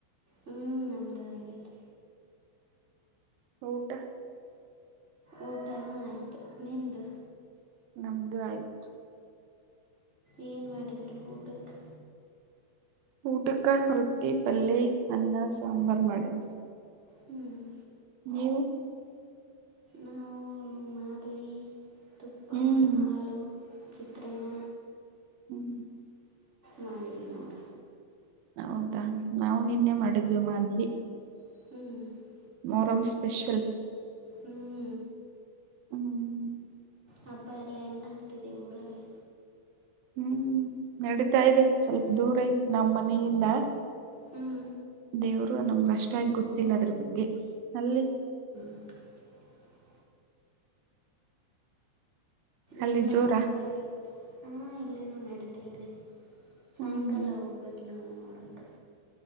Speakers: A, on the right; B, on the right.
A: ಹ್ಞೂ ನಮ್ಮದು ಆಗ್ಯದ
B: ಊಟಾ
A: ಊಟನೂ ಆಯಿತು ನಿಂದು
B: ನಮ್ದು ಆಯ್ತು
A: ಏನ್ ಮಾಡಿದ್ರ ಊಟಕ್ಕೆ
B: ಊಟಕ ರೊಟ್ಟಿ ಪಲ್ಲೆ ಅನ್ನ ಸಾಂಬಾರ್ ಮಾಡಿದ್ರು
A: ಹ್ಮ್
B: ನೀವು
A: ನಾವು ಮಾದಲಿ ತುಪ್ಪ
B: ಹ್ಮ್
A: ಆಲೂ ಚಿತ್ರಾನ್ನ
B: ಹ್ಮ್
A: ಮಾಡಿವಿ ನೋಡ
B: ಹೌದಾ ನಾವು ನಿನ್ನೆ ಮಾಡಿದ್ದ್ವಿ ಮಾದ್ಲಿ
A: ಹ್ಮ್
B: ಮೊಹರಂ ಸ್ಪೆಷಲ್
A: ಹ್ಞೂ
B: ಹ್ಮ್
A: ಹಬ್ಬ ಎಲ್ಲ ಹೆಂಗಾಗ್ತಿದೆ ಊರಲ್ಲಿ
B: ಹ್ಮ್ ನಡೀತಾ ಇದೆ ಸ್ವಲ್ಪ ದೂರ ತ್ ನಮ್ಮ್ ಮನೆಯಿಂದ
A: ಹ್ಞೂ
B: ದೇವರು ನಮಗಷ್ಟಾಗಿ ಗೊತ್ತಿಲ್ಲ ಅದ್ರ ಬಗ್ಗೆ ಅಲ್ಲಿ
A: <inaudible>
B: ಅಲ್ಲಿ
A: ಮನ್ನೆ ಹಬ್ಬ
B: ಜೋರ
A: ಕಡೆ ಹಾ ಇಲ್ಲೇನೂ ನಡೀತ ಇದೆ ಸಾಯಂಕಾಲ
B: ಹ್ಮ್ ಹ್ಮ್
A: ಹೋಗ್ಬೇಕು ನಾವು ನೋಡೋಕ್ಕೆ